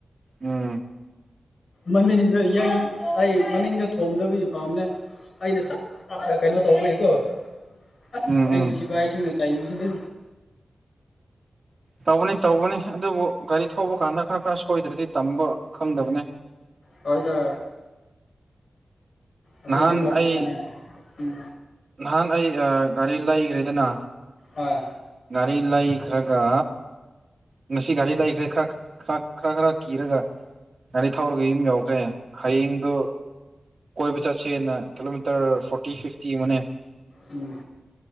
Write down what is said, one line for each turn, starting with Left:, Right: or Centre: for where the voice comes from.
Right: ꯎꯝ
Left: ꯃꯅꯤꯡꯗꯏ ꯑꯩ ꯃꯅꯤꯡꯗ ꯊꯣꯝꯗꯕꯒꯤ ꯐꯥꯝꯅꯦ ꯑꯩꯅ ꯆ ꯀꯩꯅꯣ ꯇꯧꯕꯅꯤꯀꯣ ꯑꯁ
Right: ꯎꯝ
Left: ꯑꯩꯒꯤꯁꯤꯀꯌꯦꯁꯤꯅ
Right: ꯎꯝ
Left: ꯇꯏ ꯁꯤꯗ
Right: ꯇꯧꯕꯅꯤ ꯇꯧꯕꯅꯤ ꯑꯗꯨꯕꯨ ꯒꯥꯔꯤ ꯊꯧꯕ ꯀꯥꯟꯗ ꯈꯔ ꯈꯔ ꯁꯣꯏꯗ꯭ꯔꯗꯤ ꯇꯝꯕ ꯈꯪꯗꯕꯅꯦ
Left: ꯍꯣꯏꯗ ꯑꯗꯨꯗꯤ
Right: ꯅꯍꯥꯟ
Left: ꯃꯧꯁꯅꯦ
Right: ꯑꯩ
Left: ꯎꯝ
Right: ꯅꯍꯥꯟ ꯑꯩ ꯒꯥꯔꯤ ꯂꯩꯈ꯭ꯔꯦꯗꯅ
Left: ꯍꯣꯏ
Right: ꯒꯥꯔꯤ ꯂꯩ ꯈ꯭ꯔꯒ ꯉꯁꯤ ꯘꯔꯤ ꯂꯩꯈ꯭ꯔꯦ ꯈꯔ ꯈꯔ ꯈꯔ ꯈꯔ ꯀꯤꯔꯒ ꯒꯥꯔꯤ ꯊꯧꯔꯒ ꯌꯨꯝ ꯌꯥꯧꯈ꯭ꯔꯦ ꯍꯌꯦꯡꯗꯨꯣ ꯀꯣꯏꯕ ꯆꯠꯁꯦꯅ ꯀꯤꯂꯣꯃꯤꯇꯔ ꯐꯣꯔꯇꯤ ꯐꯤꯐꯇꯤ ꯃꯅꯦ
Left: ꯑꯣ